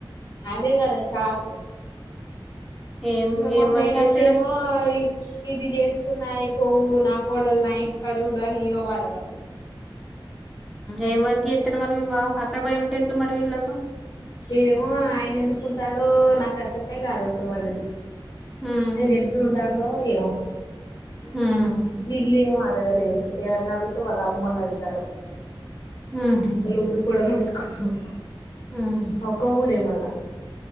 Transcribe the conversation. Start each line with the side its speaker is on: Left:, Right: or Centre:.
Left: అదే కదా షాక్ ఓ
Centre: ఏం
Left: ఇగ మా
Centre: ఏం
Left: మేనత్త
Centre: వర్క్ జేత్తడు?
Left: ఏమో ఇది చేసుకున్నాయి పోవు నా కోడళ నైట్ కడు ఉండ అని ఈమా బాధపడుతుది
Centre: ఏం వర్క్ చేస్తాడు మరి మీ బావ అక్కడ పోయి ఉంటే ఎట్ల మరి వీళ్ళకి
Left: ఏమో ఆయన ఎందుకుంటాడో నాకు అర్థమేం కాదు అసలు వాళ్ళని
Centre: హ్మ్.
Left: అయిన ఎప్పుడూ ఉంటాడో అయ్యో
Centre: హ్మ్.
Left: వీళ్లేమో డ లేదు ఏవన్న అడుగుతే వాళ్ళ అమ్మను అడుగుతారు <unintelligible>
Centre: హుహు.
Left: <unintelligible>
Centre: హ్మ్.
Left: ఒక ఊరే మళ్ళ